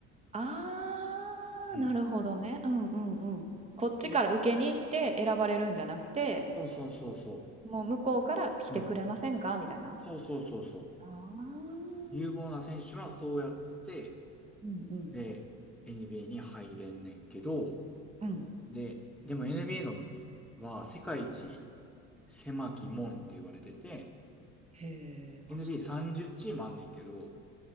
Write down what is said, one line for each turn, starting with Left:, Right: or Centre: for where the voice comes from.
Right: ああ、
Centre: うん。
Right: なるほどね。うんうんうん。こっちから受けに行って選ばれるんじゃなくて、
Centre: え、そうそうそうそ
Right: もう向こうから来てくれませんかみたいな。
Centre: う。うん。そうそうそうそう。
Right: ああ、
Centre: 有望な選手はそうやって、
Right: うんうん
Centre: で、NBA に入れんねんけど、
Right: うん。
Centre: で、でも NBA のは世界一狭き門って言われてて、
Right: へえ、まあそうやな。
Centre: NBA30 チームあんねんけど、